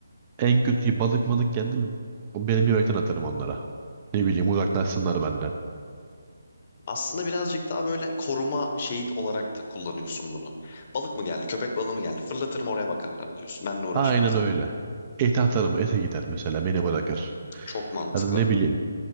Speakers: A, on the right; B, on the left.
A: En kötü balık malık geldi mi? o Benim yemekten atarım onlara. Ne bileyim uzaklaşsınlar benden.
B: Aslında birazcık daha böyle koruma şeyi olarak da kullanıyorsun bunu. Balık mı geldi, köpek balığı mı geldi? Fırlatırım oraya bakarlar diyorsun. Benle uğraşmazlar.
A: Aynen öyle. Ete atarım.
B: Hmm.
A: Ete gider mesela. Beni bırakır.
B: Çok mantıklı.
A: Ya da ne bileyim.